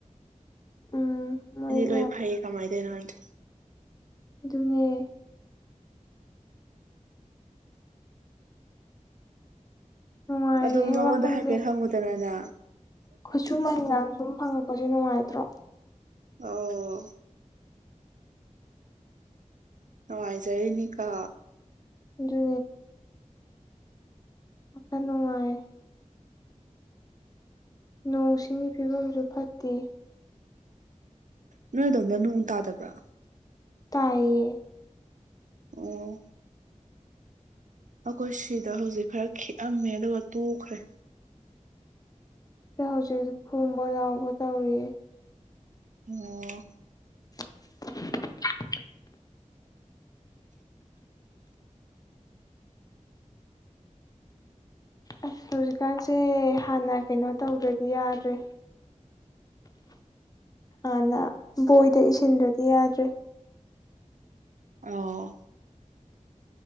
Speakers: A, on the left (about 30°); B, on the right (about 75°).
A: ꯎꯝ ꯃꯣꯏ
B: ꯂꯣꯏ
A: ꯌꯥꯝ
B: ꯐꯩ ꯀꯃꯥꯏꯅ ꯇꯧꯔꯤꯅꯣ ꯈꯪꯗꯦ
A: ꯅꯦ ꯅꯨꯡꯉꯥꯏꯔꯦꯍꯦ
B: ꯑꯗꯨꯅ ꯃꯉꯣꯟꯗ
A: ꯋꯥꯈꯜꯁꯦ
B: ꯍꯥꯏꯐꯦꯠ ꯍꯪꯉꯨꯗꯅꯅ
A: ꯈꯨꯠꯁꯨꯃꯟꯒꯥꯡ ꯁꯨꯝ ꯐꯪꯉꯛꯄꯁꯦ ꯅꯨꯡꯉꯥꯏꯇ꯭ꯔꯣ
B: ꯑꯣ ꯅꯨꯡꯉꯥꯏꯖꯔꯦꯅꯤꯀ
A: ꯑꯗꯨ ꯑꯣ ꯀꯅꯅꯨꯡꯉꯥꯏ ꯅꯣꯡꯁꯤꯡꯒꯤ ꯐꯤꯕꯝꯁꯨ ꯐꯠꯇꯦ
B: ꯅꯣꯏ ꯑꯗꯣꯝꯗ ꯅꯅꯨꯡ ꯇꯥꯗꯕ꯭ꯔꯥ
A: ꯇꯥꯏꯌꯦ
B: ꯑꯣ ꯑꯩꯈꯣꯏ ꯁꯤꯗ ꯍꯧꯖꯤꯛ ꯈꯔ ꯦꯑꯝꯃꯦ ꯑꯗꯨꯒ ꯇꯣꯛꯈ꯭ꯔꯦ
A: ꯁꯤꯗ ꯍꯧꯖꯤꯛ ꯈꯨꯝꯕ ꯂꯥꯎꯕ ꯇꯧꯔꯤꯌꯦ
B: ꯑꯣ
A: <inaudible> ꯑꯁ ꯍꯧꯖꯤꯛꯀꯥꯟꯁꯦ ꯍꯥꯟꯅ ꯀꯩꯅꯣ ꯇꯧꯗ꯭ꯔꯗꯤ ꯌꯥꯗ꯭ꯔꯦ ꯍꯥꯟꯅ ꯕꯣꯏꯗ ꯏꯁꯤꯟꯗ꯭ꯔꯗꯤ ꯌꯥꯗ꯭ꯔꯦ
B: ꯑꯣ